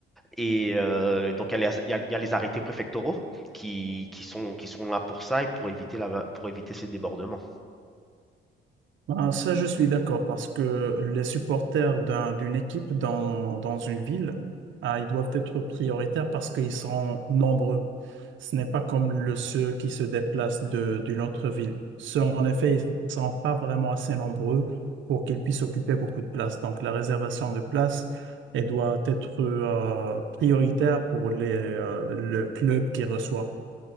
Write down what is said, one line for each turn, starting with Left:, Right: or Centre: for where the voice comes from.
Centre: Et euh, donc, il y, a les- il y a- il y a les arrêtés préfectoraux qui, qui sont, qui sont là pour ça et pour éviter, la, pour éviter ces débordements.
Right: Ben, ça, je suis d'accord parce que les supporters d'un- d'une équipe dans, dans une ville, ah, ils doivent être prioritaires parce qu'ils sont nombreux. Ce n'est pas comme le, ceux qui se déplacent de, d'une autre ville. Ceux, en effet, ils ne sont pas vraiment assez nombreux pour qu'ils puissent occuper beaucoup de place. Donc, la réservation de place, elle doit être euh, prioritaire pour les, euh, le club qui reçoit.